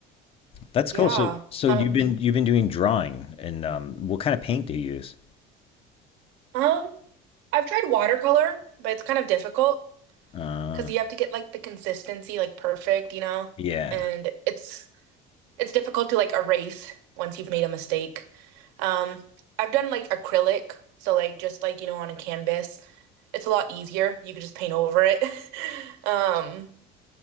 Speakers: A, on the left (about 30°); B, on the right (about 85°).
A: That's
B: Yeah.
A: cool. So so
B: Um,
A: you've been you've been doing drawing and um what kind of paint do you use?
B: um, I've tried watercolor, but it's kind of difficult
A: Uh
B: because you have to get like the consistency like perfect, you know?
A: yeah.
B: And it's it's difficult to like erase once you've made a mistake. Um, I've done like acrylic, so like just like, you know, on a canvas. It's a lot easier. You could just paint over it. <laughs> Um,